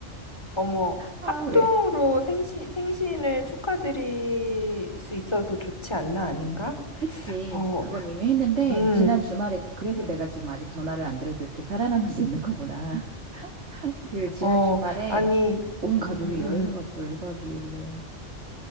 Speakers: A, on the left; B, on the right.
A: 어머.
B: 아,
A: 합동으로
B: 왜?
A: 생신, 생신을 축하드릴 수 있어도 좋지 않나, 아닌가?
B: 했지.
A: 어,
B: 그건 이미 했는데,
A: 음,
B: 지난 주말에, 그- 래서
A: 음.
B: 내가 지금 아직 전화를 안 드려도 이렇게 살아남을 수 있는 거구나. <laughs> 그 지난
A: 어,
B: 주말에
A: 아니,
B: 온 가족이
A: 음, 음. 음.
B: 여행을 갔어, 1박 2일로.